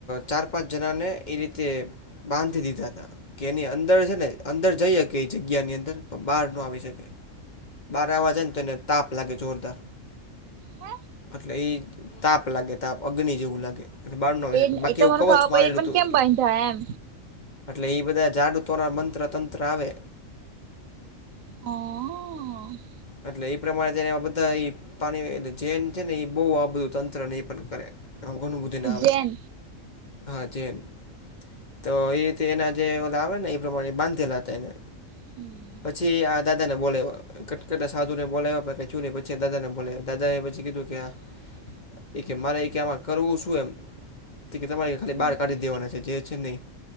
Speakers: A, on the left; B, on the right.
A: ચાર-પાંચ જણાને, એ રીતે બાંધી દીધા હતા. કે એની અંદર છે ને, અંદર જઈ હકીકત કે, એ જગ્યાની અંદર પણ બહાર ન આવી શકે. બાર આવવા જાયને, તો એને તાપ લાગે, જોરદાર.
B: હે.
A: એટલે એ તાપ લાગે, તાપ અગ્નિ જેવું લાગે. બાર નો આવે
B: એ
A: બાકી
B: એ તો
A: એવું
B: મને
A: કવોચ
B: ખબર
A: મારે
B: પડી
A: <unintelligible>
B: પણ કેમ
A: એ
B: બાંધ્યા એમ
A: એટલે એ બધા જાડૂતોનાં મંત્ર તંત્ર આવે.
B: <unintelligible>
A: એટલે એ પ્રમાણે જને એ બધા એ. જેન છે ને એ, બવ આ બધું તંત્ર ને પણ કરે, આવું ઘણું બધું.
B: જૈન
A: હા, જેન તો એ રીતે એના જે ઓલા આવેને. પ્રમાણે બાંધેલા હતા, એને
B: <unintelligible>
A: પછી આ દાદાને બોલ્યા, કટકટતા સાધુ ને બોલાવ્યા પણ કાંઈ થયું નહી, પછી દાદાને બોલ્યો, દાદા એ પછી કીધું કે આ.
B: <unintelligible>
A: એ કે, મારે એ કે, આમાં કરવું શું એમ. તે કે તમારે ખાલી
B: હમ
A: બહાર કાઢી દેવાના છે, જે છે ને, ઈ